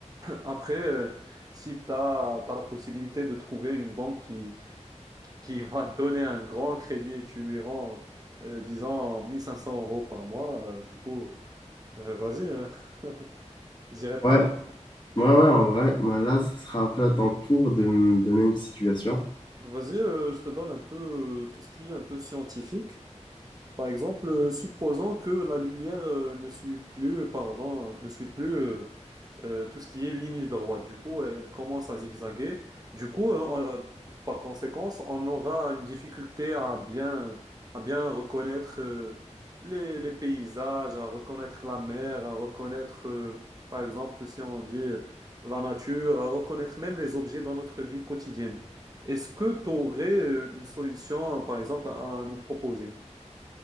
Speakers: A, on the right; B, on the left.
A: Après, euh, si tu as, la possibilité de trouver une banque qui, qui <laughs> va te donner un grand crédit et tu lui rends, euh, disons, 1500 euros par mois, euh, du coup, euh, vas-y, euh, <laughs> je dirais
B: Ouais,
A: pas non.
B: ouais, ouais, en vrai, bah là, ce sera un peu à ton tour de me donner une situation.
A: Vas-y, euh, je te donne un peu euh, tout ce qui est un peu scientifique. Par exemple, euh, supposons que la lumière euh, ne suit plus, pardon, ne suit plus euh, euh, tout ce qui est ligne droite. Du coup, elle commence à zigzaguer. Du coup, euh, on- euh, par conséquence, on aura une difficulté à bien, à bien reconnaître euh, les, les paysages, à reconnaître la mer, à reconnaître, euh, par exemple, si on dit euh, la nature, à reconnaître même les objets dans notre vie quotidienne. Est-ce que tu aurais une solution, par exemple, à nous proposer?